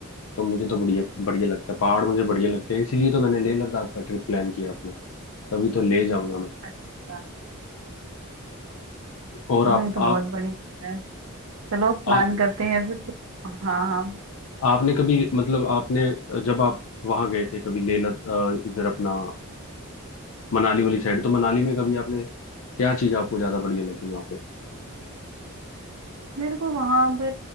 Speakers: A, on the left (about 70°); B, on the right (about 70°).
A: तो मुझे तो बढ़िया बढ़िया लगता है पहाड़ मुझे बढ़िया लगते हैं इसीलिए तो मैंने लेह लद्दाख का ट्रिप प्लान किया अपना तभी तो ले जाऊंगा मैं
B: अच्छा
A: और
B: चलो
A: आप
B: ये तो बहुत
A: आप
B: बढ़िया है चलो प्लान
A: आप
B: करते हैं फिर तो हाँ हाँ
A: आपने कभी मतलब आपने जब आप वहां गए थे कभी ले लद- अ, इधर अपना मनाली वाली साइड तो मनाली में कभी आपने क्या चीज आपको ज्यादा बढ़िया लगी वहां पे
B: मेरे को वहां पे